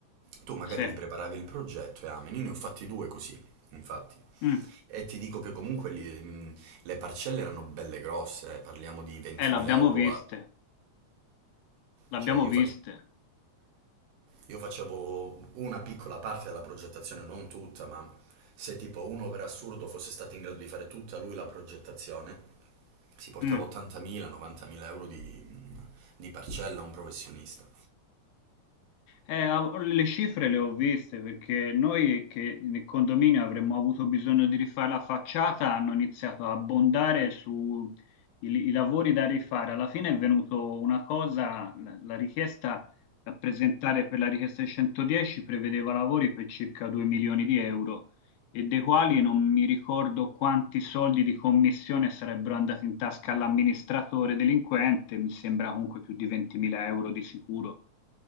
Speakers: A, on the right (about 85°); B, on the left (about 85°).
A: tu magari
B: sì,
A: li preparavi il progetto e amen. Io ne ho fatti due così, infatti.
B: mm.
A: E ti dico che comunque li- mh, le parcelle erano belle grosse, eh, Parliamo di 20.000
B: Eh, l'abbiamo
A: euro
B: viste,
A: a...
B: l'abbiamo
A: Cioè io
B: viste.
A: facevo... io facevo una piccola parte della progettazione, non tutta, ma se tipo uno per assurdo fosse stato in grado di fare tutta lui la progettazione, si portava
B: Mm.
A: 80.000, 90.000 euro di, di parcella a un professionista.
B: Eh, av- le cifre le ho viste perché noi che nel condominio avremmo avuto bisogno di rifare la facciata, hanno iniziato a abbondare sui i lavori da rifare. Alla fine è venuto una cosa, la, la richiesta da presentare per la richiesta di 110 prevedeva lavori per circa 2 milioni di euro e dei quali non mi ricordo quanti soldi di commissione sarebbero andati in tasca all'amministratore delinquente, mi sembra comunque più di 20.000 euro di sicuro